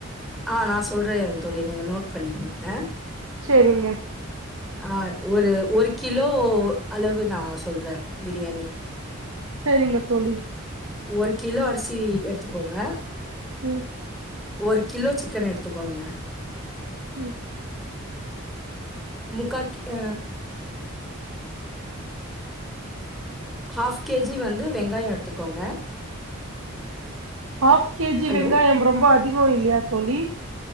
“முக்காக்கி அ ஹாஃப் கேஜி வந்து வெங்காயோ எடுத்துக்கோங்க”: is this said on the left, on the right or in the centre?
Centre